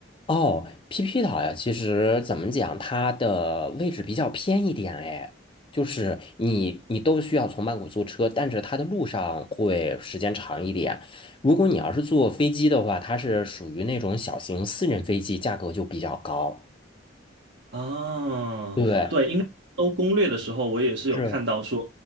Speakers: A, on the left; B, on the right.
A: 哦，PP 岛呀，其实怎么讲，它的位置比较偏一点哎，就是你你都需要从曼谷坐车，但是它的路上会时间长一点。如果你要是坐飞机的话，它是属于那种小型私人飞机，价格就比较高。
B: 啊？
A: 对，
B: 搜攻略的时候我也是有看到说，
A: 是，